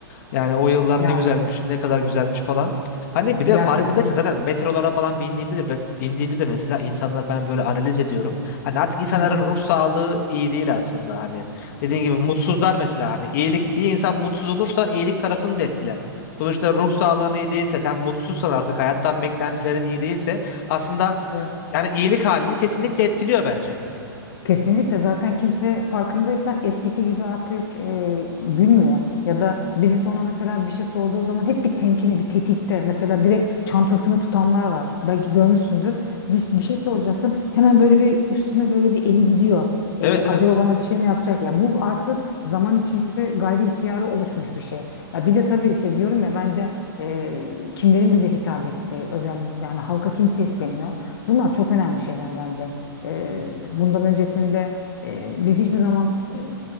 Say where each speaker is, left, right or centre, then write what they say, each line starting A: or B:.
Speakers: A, on the left; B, on the left.
A: Yani o yıllar
B: Yani
A: ne güzelmiş, ne kadar güzelmiş falan. Hani bir
B: ya
A: de farkındaysan
B: kesinlikle.
A: zaten metrolara falan bindiğimde de bindiğimde de mesela insanlar ben böyle analiz ediyorum. Hani artık insanların
B: Hı hı.
A: ruh sağlığı iyi değil aslında hani. Dediğin gibi mutsuzlar mesela hani iyilik bir insan mutsuz olursa iyilik tarafını da etkiler. Sonuçta ruh sağlığın iyi değilse sen mutsuzsan artık hayattan beklentilerin iyi değilse aslında
B: Evet.
A: yani iyilik halini kesinlikle etkiliyor bence.
B: Kesinlikle zaten kimse farkındaysan eskisi gibi artık e, gülmüyor. Ya da birisi ona mesela bir şey sorduğu zaman hep bir temkini, bir tetikte. Mesela direkt çantasını tutanlar var. Belki görmüşsündür. Bir, bir şey soracaksın. Hemen böyle bir üstüne böyle bir eli gidiyor. E,
A: Evet
B: acaba
A: evet.
B: bana bir şey mi yapacak? Ya bu artık zaman içinde gayri ihtiyari oluşmuş bir şey. Ya bir de tabii işte diyorum ya bence e, kimlerin bize hitap ettiği özellikle hani halka kim sesleniyor. Bunlar çok önemli şeyler bence. Eee, bundan öncesinde eee, biz hiçbir zaman eee,